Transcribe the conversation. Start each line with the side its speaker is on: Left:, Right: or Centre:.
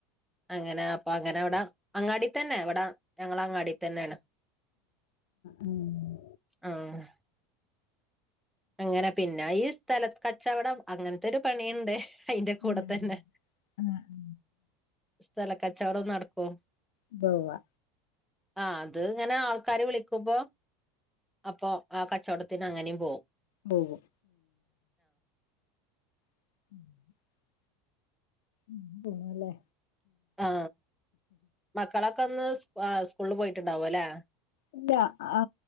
Centre: അങ്ങന അപ്പ അങ്ങന അവിട അങ്ങാടി തന്നെ ഇവിട ഞങ്ങള് അങ്ങാടി തന്നേണ്
Left: ഉം
Centre: ആഹ് അങ്ങന പിന്ന ഈ സ്ഥലത്ത് കച്ചവടം അങ്ങനത്തെ ഒരു പണിയിണ്ട് അയിന്റെ കൂടത്തന്നെ
Left: ആഹ് ആഹ്
Centre: സ്ഥലക്കച്ചവടോം നടക്കോ
Left: ഉവ്വ ഉവ്വ
Centre: ആ അത് ഇങ്ങന ആൾക്കാരും വിളിക്കുമ്പോ അപ്പൊ ആ കച്ചവടത്തിന് അങ്ങനേം പോകും
Left: പോകും <inaudible> ഉ പോണേല്ലേ
Centre: ആ മക്കളൊക്കിന്ന് സ് ആ സ്കൂളില് പോയിട്ടുണ്ടാവോല്ലേ
Left: ഇല്ല ആ